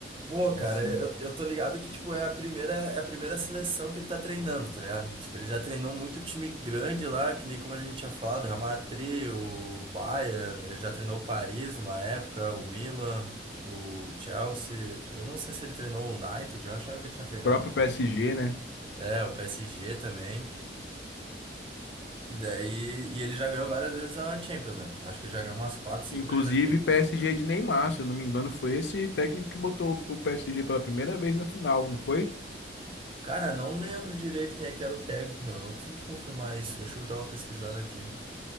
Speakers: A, on the right; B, on the left.
A: Pô,
B: De
A: cara,
B: ser
A: eu,
B: o
A: eu tô ligado que, tipo, é a primeira, é a primeira seleção que ele tá treinando, tá ligado? Tipo, ele já treinou muito time grande lá, que nem como a gente tinha falado, Real Madrid, o Bayern, ele já treinou o Paris numa época, o Milan, o Chelsea. Eu não sei se ele treinou o United, eu achava que ele tinha treinado.
B: próprio PSG, né?
A: É, o PSG também. E daí, e ele já ganhou várias vezes a Champions, né? Acho que ele já ganhou umas 4, 5
B: Inclusive,
A: vezes a Champions.
B: PSG de Neymar, se eu não me engano, foi esse técnico que botou o PSG pela primeira vez na final, não foi?
A: Cara, não lembro direito quem é que era o técnico, meu. Não consigo te confirmar isso. Deixa eu dar uma pesquisada aqui.